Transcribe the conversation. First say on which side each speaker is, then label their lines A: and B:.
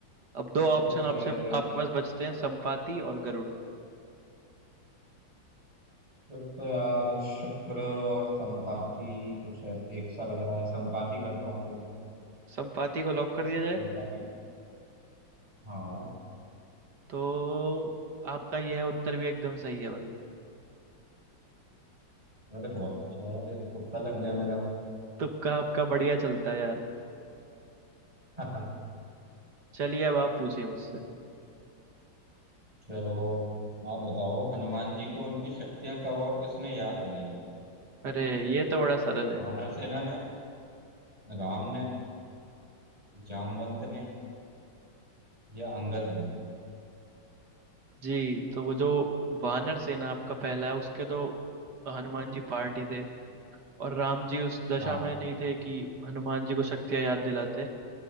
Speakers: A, on the right; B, on the right.
A: तो
B: अब दो ऑप्शन
A: तो फिर
B: आपसे आपके पास बचते हैं संपाति और गरुड़
A: फिर तो यार शुक्र और संपाति कुछ ऐस- एक सा लग रहा है संपाति करता हूँ चलो
B: संपाति को लॉक कर दिया जाए
A: तुम काफी हाँ
B: तो आपका यह उत्तर भी एकदम सही है भाई
A: अरे बहुत अच्छा है यार ये तो तुक्का लग गया मेरा
B: तुक्का आपका बढ़िया चलता है यार
A: <laughs>
B: चलिए अब आप पूछिए मुझसे
A: चलो आप बताओ हनुमान जी को उनकी शक्तियां कब और किसने याद दिलाई
B: अरे ये तो बड़ा सरल है
A: वानर सेना ने राम ने जामवंत ने या अंगद ने
B: जी तो वो जो वानर सेना आपका पहला है उसके तो हनुमान जी पार्टी थे और राम जी उस दशा
A: हाँ
B: में नहीं थे कि हनुमान जी को शक्तियां याद दिलाते